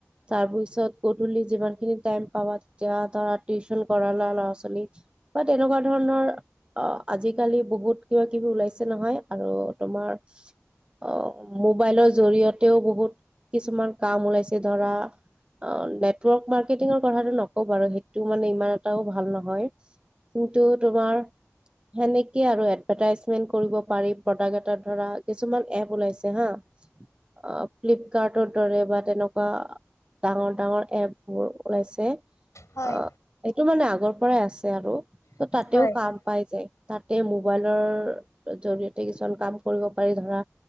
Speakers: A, on the right (about 20°); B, on the left (about 75°).
A: তাৰ পিছত গধূলি যিমান খিনি টাইম পাবা তেতিয়া ধৰা টিউচন কৰালা ল'ৰা -ছোৱালীক বা তেনেকুৱা ধৰণৰ অঁ আজিকালি বহুত কিবা-কিবি ওলাইছে নহয় আৰু তোমাৰ অহ মোবাইলৰ জৰিয়তেও বহুত কিছুমান কাম ওলাইছে ধৰা অ নেটৱৰ্ক মাৰ্কেটিঙৰ কথাটো নক বাৰু সেইটো মানে ইমান এটাও ভাল নহয়, কিন্তু তোমাৰ সেনেকে আৰু। এডভাৰটাইজমেন্ট কৰিব পাৰি প্ৰডাক্ট এটা ধৰা কিছুমান এপ ওলাইছে হা অ ফ্লিপকাৰ্টৰ দৰে বা তেনেকুৱা ডাঙৰ ডাঙৰ এপ মোৰ ওলাইছে
B: হয়,
A: অ এইটো মানে আগৰ পৰাই আছে। আৰু ত তাতেও
B: হয়
A: কাম
B: হয়।
A: পাই যায় তাতে ম ৱালৰ জড়িয়তে কিছুমান কাম কৰিব পাৰি, ধৰা